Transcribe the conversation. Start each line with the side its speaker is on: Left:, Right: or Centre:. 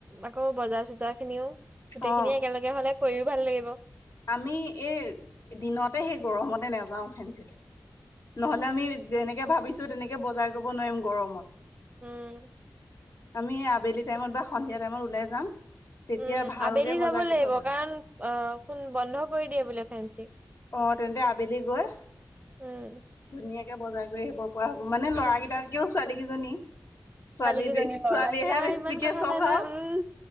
Right: আকৌ বজাৰ চজাৰ খিনিও গোটেইখিনি
Left: অ'
Right: একেলগে হ'লে কৰিও ভাল লাগিব।
Left: আমি এই দিনতে সেই গৰমতে নেযাওঁ ফেঞ্চিলে। নহ'লে আমি যেনেকে ভাবিছো তেনেকে বজাৰ কৰিব নোৱাৰিম গৰমত।
Right: উম।
Left: আমি আবেলি টাইমত বা সন্ধিয়া টাইমত ওলাই যাম। তেতিয়া
Right: উম,
Left: ভালকে
Right: আবেলি
Left: বজাৰ
Right: যাব
Left: কৰিব
Right: লাগিব
Left: পাৰিম
Right: কাৰণ অ' কুন বন্ধ কৰি দিয়ে বোলে ফেঞ্চি।
Left: অ' তেন্তে আবেলি গৈ,
Right: উম
Left: ধুনীয়াকে বজাৰ কৰি আহিব পৰা হ'ব মানে ল'ৰাকেইটাকেও ছোৱালী কেইজনী ছোৱালী
Right: কিজনী
Left: ছোৱালীয়েহে
Right: ল'ৰা গিলা
Left: বেছিকে
Right: ইমান কথা
Left: চখ
Right: নাই নহয়
Left: আৰু।
Right: উম